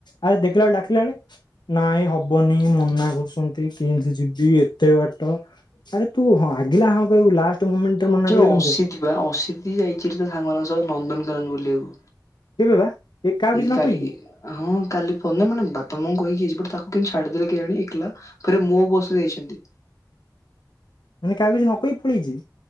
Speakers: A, on the left; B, on the left.
A: ଆ ଦେଖିଲା ଡାକିଲା ବେଳେ ନାଇଁ ହବନି ମନା କରୁଛନ୍ତି କେମିତି ଯିବି ଏତେ ବାଟ? ଆରେ ତୁ ହଁ ଆଗିଲା ହଁ କହିବୁ ଲାଷ୍ଟ ମୁମେଣ୍ଟରେ ମନା କଲେ
B: ଅସିତ୍
A: କେମିତି ହବ
B: ବା ଅସିଧି ଯାଇଛି ତ ସାଙ୍ଗମାନଙ୍କ ସହ ନନ୍ଦନକାନନ ବୁଲିବାକୁ।
A: କେବେ ବା କାହାକୁ କିଛି
B: ଏ
A: ନ
B: କାଲି
A: କହିକି
B: ହଁ କାଲି ପରଦିନ ମାନେ ବାପା ମାଁଙ୍କୁ କହିକି ଆଇଛିି ବଟ ତାକୁ କେମିତି ଛାଡ଼ିଦେଲେ କେଜାଣି ଏକଲା। ଫେରେ ମୋ ବସରେ ଯାଇଛନ୍ତି।
A: ମାନେ କାହାକୁ କିଛି ନ କହି ପଳେଇଛି?